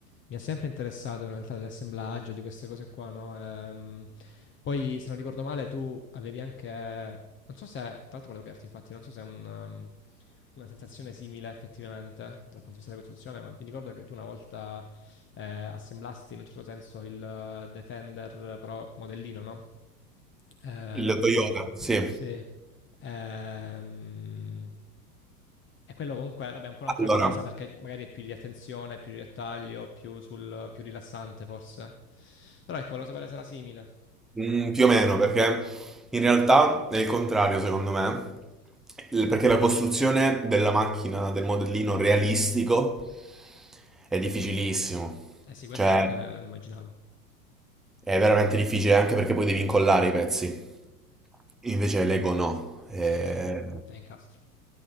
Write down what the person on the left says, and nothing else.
mi ha sempre interessato in realtà dell'assemblaggio, di queste cose qua, no? Ehm, poi, se non ricordo male, tu avevi anche, non so se, tra l'altro volevo chiederti, infatti, non so se è un, um, una sensazione simile effettivamente dal punto di vista della costruzione, ma mi ricordo che tu una volta eh, assemblasti in un certo senso il eh, Defender però modellino, no? Eh,
sì. Ehm, e quello comunque, vabbè, è un po' un'altra
cosa perché magari è più di attenzione, più di dettaglio, più, sul, più rilassante forse. Però ecco, volevo sapere se era simile.
Eh sì, questo
anche l- lo immaginavo.
Sì, sì, è incastro.